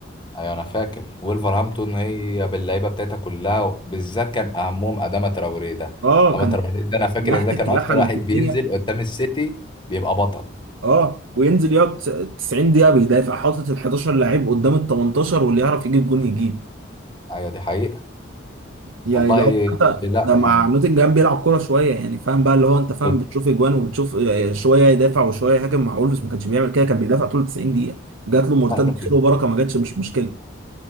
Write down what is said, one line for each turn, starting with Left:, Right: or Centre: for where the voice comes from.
Left: ايوه انا فاكر ولفرهامبتون هي باللعيبه بتاعتها كلها بالذات كان اهمهم اداما تراوريه ده
Right: اه
Left: اداما
Right: كان
Left: تراوريه ده انا فاكر
Right: لحت
Left: ان ده كان
Right: الكلاحه
Left: اكتر
Right: اللي
Left: واحد
Right: في
Left: بينزل
Right: الدنيا
Left: قدام السيتي بيبقى بطل
Right: اه وينزل يقعد 90 دقيقة بيدافع حاطط ال 11 لعيب قدام ال 18 واللي يعرف يجيب جون يجيب
Left: ايوه دي حقيقة
Right: يعني
Left: والله
Right: ده هو حتى
Left: لا
Right: ده
Left: يعني
Right: مع نوتنجهام بيلعب كورة شوية يعني فاهم بقى اللي هو انت فاهم
Left: نوت-
Right: بتشوف اجوان وبتشوف آه، شوية يدافع وشوية يهاجم مع اولمز ما كانش بيعمل كده كان بيدافع طول 90 دقيقة جات له مرتد
Left: لا نوتنج-
Right: خير وبركة ما جاتش مش مشكلة